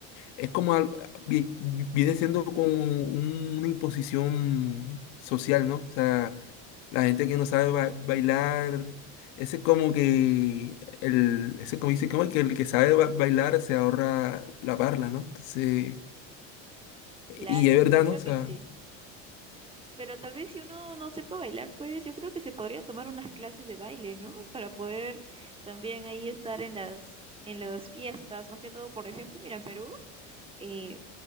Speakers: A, on the left (about 70°); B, on the right (about 15°).
A: Es como, al- vi- viene siendo como una imposición social, ¿no? O sea, la gente que no sabe ba- bailar, ese es como que, el, ese como dice, como que el que sabe ba- bailar se ahorra la parla, ¿no? Entonces, y
B: Claro,
A: es verdad,
B: yo creo
A: ¿no? O sea,
B: que sí. Pero tal vez si uno no sepa bailar, pues yo creo que se podría tomar unas clases de baile, ¿no? Para poder también ahí estar en las, en las fiestas, más que todo, por ejemplo, mira, en Perú. eh,